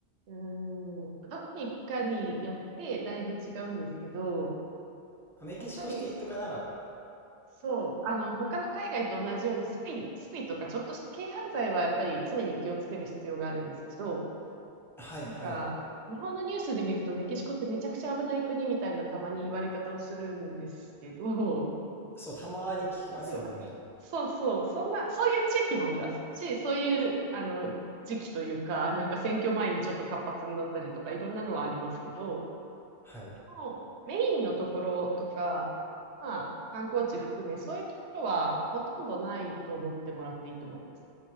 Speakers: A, on the right; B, in the centre.
A: うーん、どこに行くかによってだいぶ違うんですけど、
B: あメキシコシティとかなら、
A: やっぱり、そう、あの、他の海外と同じようにスピ、スピとかちょっとした軽犯罪はやっぱり常に気をつける必要があるんですけど、
B: はいはい。
A: なんか、日本のニュースで見ると、メキシコってめちゃくちゃ危ない国みたいなたまに言われ方をするんですけど、
B: そう、たまに聞きますもんね。
A: <laughs> ではね、そうそう、そんな、そういう地域もありますし、そういう、あの、時期というか、なんか選挙前にちょっと活発になったりとか、いろんなのはありますけど、
B: はい。
A: もうメインのところとか、まあ、観光地含め、そういうところはほとんどないと思ってもらっていいと思います。